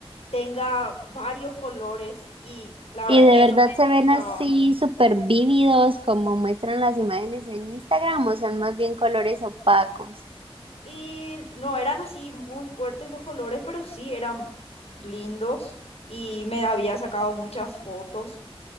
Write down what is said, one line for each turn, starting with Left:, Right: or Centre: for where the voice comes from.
Left: tenga varios colores? Y la
Right: Y
Left: verdad
Right: de
Left: que
Right: verdad
Left: eso
Right: se
Left: me
Right: ven
Left: gustaba.
Right: así súper vívidos como muestran las imágenes en Instagram o son más bien colores opacos.
Left: Y no eran así muy fuertes los colores, pero sí eran lindos y me había sacado muchas fotos.